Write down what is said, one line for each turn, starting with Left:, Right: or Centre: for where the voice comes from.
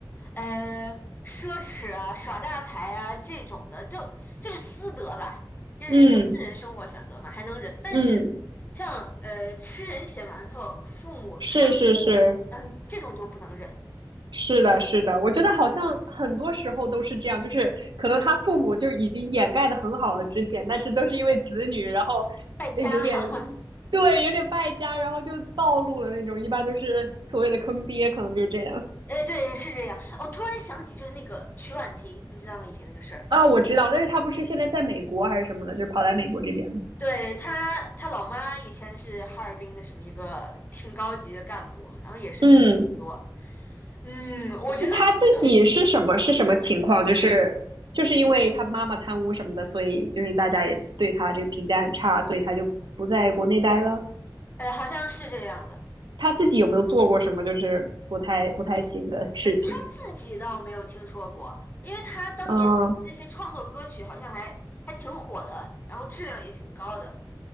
Left: 呃，奢侈啊、耍大牌啊这种的，就就是私德吧，就是人家私人生活选择嘛，
Right: 嗯
Left: 还能忍。但是
Right: 嗯，
Left: 像呃吃人血馒头、父母贪污，
Right: 是是是
Left: 嗯，这种就不能忍。
Right: 是的，是的，我觉得好像很多时候都是这样，就是可能他父母就已经掩盖的很好了之前，但是都是因为子女，然后
Left: 败家哈，
Right: 呃有点对有点败家，然后就暴露了那种，一般都是所谓的坑爹，可能就是这样
Left: <laughs> 哎，对，是这样。我突然想起，就是那个曲婉婷，你知道吗？以前那个事儿，
Right: 啊。我知道，但是他不是现在在美国还是什么的，就是跑来美国这边。
Left: 对，她，她老妈以前是哈尔滨的什么一个挺高级的干部，然后也是贪很多。
Right: 嗯
Left: 嗯，我觉得有，
Right: 他自己是什么是什么情况？
Left: 种，
Right: 就是就是因为他妈妈贪污什么的，所以就是大家也对他这个评价很差，所以他就不在国内待了。
Left: 呃好像是这样的。
Right: 他自己有没有做过什么就是不太不太行的事情？
Left: 呃，她自己倒没有听说过，因为她当年那些创作歌曲好像还还挺火的，
Right: 啊
Left: 然后质量也挺高的。